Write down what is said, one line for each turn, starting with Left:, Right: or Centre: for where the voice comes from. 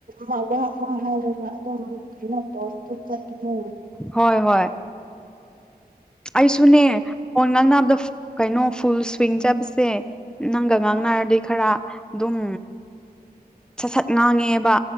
Right: ꯃ ꯋꯥ ꯑꯃ ꯍꯥꯏꯔꯒ ꯑꯗꯨꯝ ꯀꯩꯅꯣ ꯄꯣꯁꯇꯨ ꯆꯠꯀꯅꯨ
Centre: ꯍꯣꯏ ꯍꯣꯏ ꯑꯩꯁꯨꯅꯦ ꯐꯣꯟ ꯉꯥꯡꯅꯕꯗ ꯀꯩꯅꯣ ꯐꯨꯜ ꯁ꯭ꯋꯤꯡ ꯆꯠꯄꯁꯦ ꯅꯪꯒ ꯉꯥꯡꯅꯔꯗꯤ ꯈꯔ ꯑꯗꯨꯝ ꯁꯠ ꯁꯠ ꯉꯥꯡꯉꯦꯕ